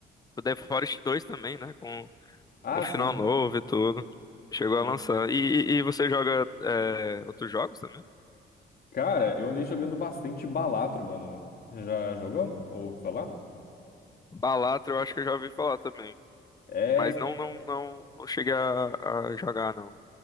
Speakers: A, on the left; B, on the left.
A: o The Forest dois também, né? Com
B: Ah,
A: um final
B: sim.
A: novo e tudo. Chegou a
B: Sim.
A: lançar. E, e- e você joga é, outros jogos também?
B: Cara, eu andei jogando bastante Balatro, mano. Já jogou? Ouviu falar?
A: Balatro eu acho que eu já ouvi falar também.
B: É
A: Mas não, não, não, não cheguei a, a jogar, não.